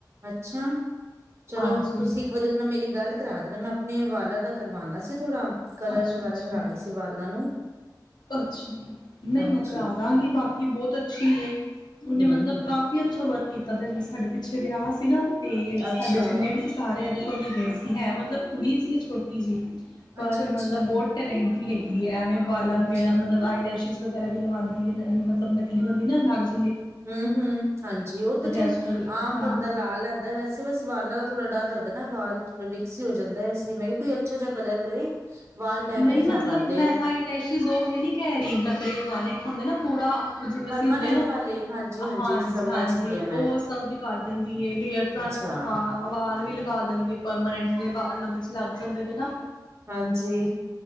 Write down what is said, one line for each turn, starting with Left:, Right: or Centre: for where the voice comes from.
Right: ਅੱਛਾ ਚਲੋ
Left: ਹਾਂਜੀ
Right: ਤੁਸੀਂ ਇੱਕ ਵਾਰੀ ਮੇਰੀ ਗੱਲ ਕਰਾਂ ਦੇਨਾਂ, ਮੈਂ ਆਪਣੇ ਵਾਲਾਂ ਦਾ ਕਰਵਾਨਾ ਸੀ ਥੋੜ੍ਹਾ ਕਲਰ
Left: ਅੱਛਾ
Right: ਵਗੈਰਾ
Left: ਅੱਛਾ
Right: ਕਰਾਨੇ ਸੀ ਵਾਲਾਂ ਨੂੰ
Left: ਅੱਛਾ ਨਈ
Right: ਹਾਂਜੀ
Left: ਮੈਂ ਕਰਾ ਦਾਂਗੀ ਬਾਕੀ ਬੋਤ ਅੱਛੀ ਏ ਉਹਨੇ
Right: ਹਮ
Left: ਮਤਲਬ
Right: ਹਮ
Left: ਕਾਫੀ ਫੀ ਅੱਛਾ ਵਰਕ ਕੀਤਾ ਦਾ ਤੇ ਜਿਵੇਂ ਸਾਡੇ ਪਿੱਛੇ ਵਿਆਹ ਸੀ ਨਾ ਤੇ
Right: ਅੱਛਾ
Left: ਸਾਡੇ ਜਿੰਨੇ ਵੀ ਸਾਰੇ ਉਹਦੇ ਕੋਲ ਈ ਗਏ ਸੀ, ਹੈ ਮਤਲਬ ਕੁੜੀ ਸੀ ਛੋਟੀ ਜੀ ਪਰ
Right: ਅੱਛਾ ਅੱਛਾ
Left: ਮਤਲਬ ਬੋਤ ਟੈਲੈਂਟੀਡ ਹੈਗੀ ਏ, ਐਵੇਂ ਬਾਲਾਂ
Right: ਅੱਛਾ
Left: ਵਗੈਰਾ ਮਤਲਬ ਮਤਲਬ ਆਈਂ ਲੈਛਿਸ ਵਗ਼ੈਰਾ ਵੀ ਲਗਾਂਦੀ ਏਂ, ਮਤਲਬ ਨਕਲ਼ੀ ਹੁੰਦੀਂ ਨਾ ਨਗਜ
Right: ਹੂੰ -ਹੂੰ ਹਾਂਜੀ ਓ ਤੇ ਚੱਲ
Left: ਅੱਜ ਕੱਲ
Right: ਆਮ
Left: ਹਾਂਜੀ
Right: ਬੰਦਾਂ ਲਾ ਲੈਂਦਾ ਵੈਸੇ ਬਸ ਵਾਲਾਂ ਦਾ ਥੋੜਾ ਡਰ ਲੱਗਦਾ ਨਾ, ਵਾਲ ਥੋੜਾ ਰਿਕਸੀ ਹੋ ਜਾਂਦੇ ਇਸ ਲਈ ਮੈਂ ਕਿਆ ਕੋਈ ਅੱਛਾ ਜਾ ਕਲਰ ਕਰੇ। ਵਾਲ ਡੈਮੇਜ
Left: ਨਈ ਮਤਲਬ
Right: ਨਾ ਕਰਦੇ
Left: ਮੈਂ ਆਈ ਲੈਛਿਜ਼ ਓ ਹੁੰਦੇ ਨੀ ਕੈਰੀ ਨਕਲੀ ਲਗਾਨੇ ਇੱਕ ਹੁੰਦੇ ਨਾ ਪੂਰਾ ਜਿਵੇਂ
Right: ਪਰਮਾਨੈਂਟ
Left: ਅਸੀਂ ਹੁੰਦੇ ਨਾ,
Right: ਵਾਲੇ ਹਾਂਜੀ-ਹਾਂਜੀ
Left: ਹਾਂਜੀ-
Right: ਸਮਝ
Left: ਹਾਂਜੀ
Right: ਗਈ ਆ
Left: ਓ ਸਭ ਵੀ ਕਰ ਦਿੰਦੀ ਏ ਹੇਯਰ ਟਾਂ
Right: ਟਾ।
Left: ਅਵਾਲ ਵੀ ਲਗਾ ਦਿੰਦੀ ਪਰਮਾਨੈਂਟ ਜਿਵੇ ਵਾਲ ਉਹਦੇ ਚ ਲੱਗ ਜਾਂਦੇ ਨੇ ਨਾ
Right: ਹਾਂਜੀ।